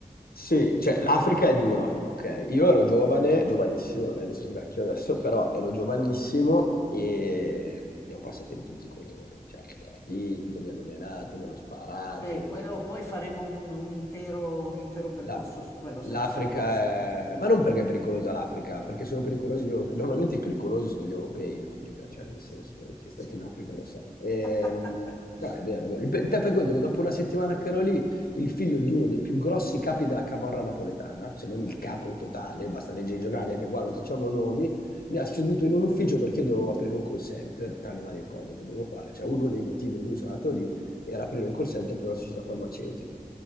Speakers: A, on the left (about 85°); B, on the left (about 20°).
A: sì,
B: eh,
A: cioè
B: africana.
A: l'Africa è dura, ok? Io ero giovane,
B: Eh beh, sì.
A: giovanissimo, non è che sono vecchio adesso, però ero giovanissimo e ne ho passate di tutti i colori, cioè mi hanno rapito, mi hanno menato, mi hanno sparato,
B: Beh,
A: mi
B: quello
A: hanno...
B: poi faremo un, un intero, un intero percorso
A: La-
B: su quello, sarà
A: L'Africa
B: fantastico.
A: è...
B: Eh,
A: Ma non perché è pericolosa l'Africa, perché
B: mm,
A: sono pericolosi
B: mm,
A: gli europei. Normalmente i pericolosi sono gli europei in Africa, cioè
B: mm, Eh,
A: nel
B: sì.
A: senso, chi è stato
B: Sì.
A: in Africa lo sa. Ehm,
B: <laughs>
A: No, è vero, è vero. Il pe-
B: Vabbè,
A: Te fai conto che dopo una settimana che ero lì, il figlio di uno dei più grossi capi della camorra napoletana, se non il
B: eh,
A: capo totale, basta leggere i giornali, anche qua
B: mm,
A: non facciamo nomi, mi ha seduto in un ufficio perché io dovevo aprire un call center, tra le varie cose che dovevo fare. Cioè uno dei motivi per cui sono andato lì era aprire un call center per una società farmaceutica